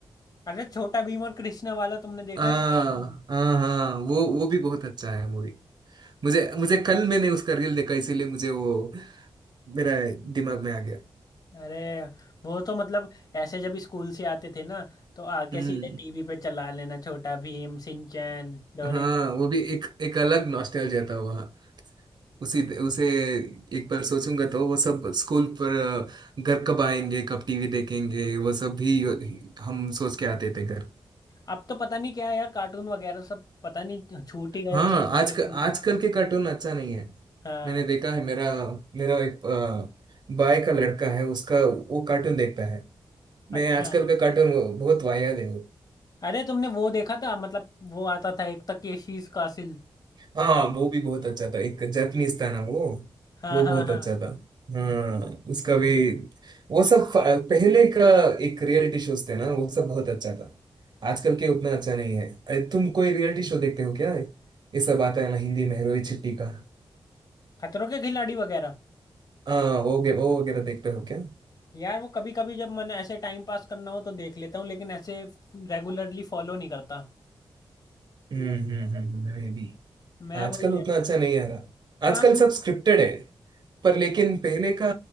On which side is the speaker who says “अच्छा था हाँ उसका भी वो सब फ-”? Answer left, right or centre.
Right